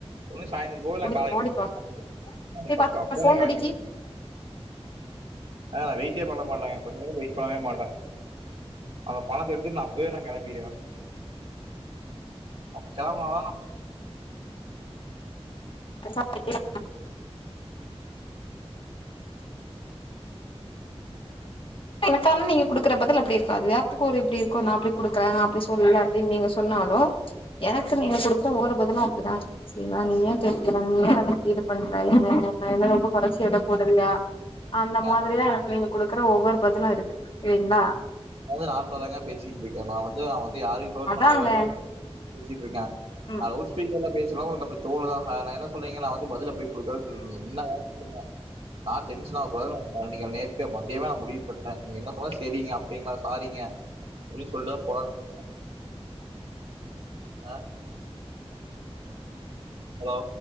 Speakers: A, on the right; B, on the left.
A: ஒன்னு சாய்ந்தர போவ இல்லனா
B: ஓடி
A: கால
B: ஓடிப்பா
A: <inaudible>
B: ஏ பாத்து
A: அப்ப அப்வே
B: ஃபோன்
A: நா கெளம்பி
B: அடிக்கி
A: அ நா வெயிட்டே பண்ண மாட்டங்க. கொஞ்ச நேரோ வெயிட் பண்ணவே மாட்டே. அந்த பணத்த எடுத்துட் நா அப்வே நா கெளம்பிருவே. அப் கெளம்புனாதா <inaudible>
B: <inaudible>
A: உஹம்
B: எனக்கான் நீங்க குடுக்கற பதில் அப்பிடி இருக்காது எல்லாத்துக்கு ஒரு எப்டி இருக்கு நா அப்டி குடுக்கறே நா அப்டி சொல்ல. அப்டின் நீங்க சொன்னாலு எனக்கு நீங்க குடுக்குற ஒவ்வொரு பதிலு அப்டிதா இருக்கு செரிங்ளா நீ ஏ கேக்ற நீ ஏ இது கொஞ்ச <unintelligible> நா என்ன ரொம்ப கொறச்சு எட போட்றியா அந்த
A: தான்
B: மா இப்படிதா எனக்கு நீங்க குடுக்குற ஒவ்வொரு பதிலு இருக்கு இல்லைங்ளா?
A: நா வந்து நார்மலா தாங்க பேசிட்டு இருக்கே நா வந்து நா வந்து யாரையு ஹர்ட் பண்ணக்
B: அதாங்க
A: கூடாது பேசிட்டு இருக்கே.
B: ம்
A: நா லவ்ட் ஸ்பீக்கர்ல பேசுனா உங்குளுக்கு அப்டி தோணுதா ஹ நா என்ன சொல்றீங்க நா வந்து பதில் அப்பிடி குடுக்குறேன் சொல்லிந்தீங்க என்ன <inaudible> நா டென்ஷன் கூடாதுனு <unintelligible> நேத்தே மத்தியமே நா முடிவு பண்டே நீ என்ன சொன்னா செரிங்க அப் கேங்ளா சாரீங்க அப்டின் சொல்ட்டுதா போலான் <inaudible> அ ஹலோ?